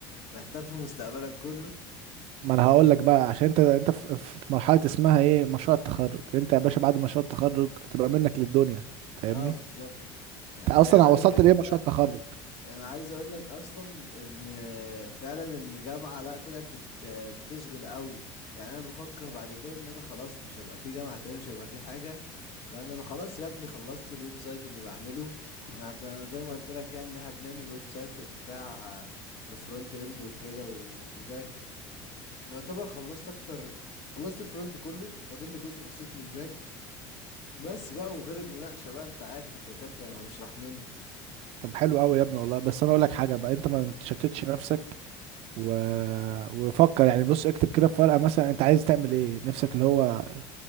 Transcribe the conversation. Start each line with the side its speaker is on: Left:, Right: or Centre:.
Left: محتار في مستقبلك كله
Right: ما انا هقول لك بقى عشان انت انت في في مرحله اسمها ايه مشروع التخرج انت يا باشا بعد مشروع التخرج تبقى منك للدنيا فاهمني
Left: اه بالظبط يعني
Right: انت اصلا
Left: عارف
Right: وصلت
Left: انت
Right: لايه مشروع التخرج
Left: انا عايز اقول لك اصلا ان فعلا الجامعة لا طلعت بت بتشغل قوي يعني انا بفكر بعد كده ان انا خلاص مش هبقى في جامعة تاني مش هبقى في حاجة فاهم انا خلاص يا ابني خلصت الويب سايت اللي بعمله احنا ك- زي ما قلت لك يعني ان احنا بنعمل ويب سايت وبتاع آه، كفرونت اند وكده و- وباك يعتبر خلصت اكتر خلصت الفرونت كله فاضل لي جزء بسيط من الباك بس بقى وغير المناقشة بقى انت عارف الدكاترة مش رحمن
Right: طب حلو قوي يا ابني والله بس انا اقول لك حاجه بقى انت ما تشتتش نفسك و... وفكر يعني بص اكتب كده في ورقه مثلا انت عايز تعمل ايه نفسك اللي هو